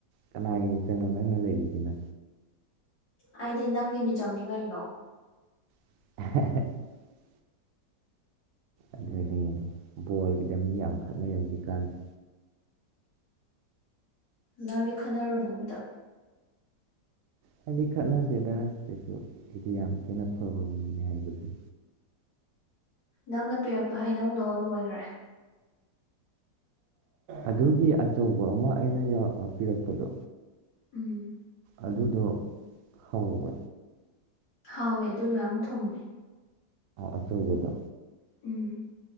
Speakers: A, on the right; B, on the left.
A: ꯀꯅꯥꯒꯤ ꯃꯤꯆꯪ ꯑꯃ ꯅꯪꯅ ꯂꯩꯔꯤꯁꯤꯅ
B: ꯑꯩꯗꯤ ꯅꯪꯒꯤ ꯃꯤꯆꯪꯅꯤ ꯀꯩꯅꯣ
A: <unintelligible> ꯑꯗꯨꯗꯤ ꯕꯜꯒꯤꯗ ꯃꯤ ꯌꯥꯝ ꯈꯠꯅꯩ ꯍꯧꯖꯤꯛꯀꯥꯟꯁ
B: ꯅꯪꯗꯤ ꯈꯟꯅꯔꯣꯅ ꯑꯝꯇ
A: ꯍꯥꯏꯗꯤ ꯈꯠꯅꯗꯦꯗ ꯀꯩꯁꯨ ꯑꯩꯗꯤ ꯌꯥꯝ ꯊꯤꯅ ꯐꯕꯅꯦ ꯍꯥꯏꯕꯁꯦ
B: ꯅꯪꯅ ꯄꯤꯔꯛꯄ ꯍꯩꯅꯧꯗꯣ ꯂꯣꯏꯈ꯭ꯔꯦ
A: ꯑꯗꯨꯒꯤ ꯑꯆꯧꯕ ꯑꯃ ꯑꯩꯅ ꯄꯤꯔꯛꯄꯗꯣ
B: ꯎꯝ
A: ꯑꯗꯨꯗꯣ ꯍꯋꯦ
B: ꯍꯥꯎꯋꯦ ꯑꯗꯨꯗꯣ ꯌꯥꯝ ꯊꯨꯝꯃꯦ
A: ꯑꯊꯒꯗ
B: ꯎꯝ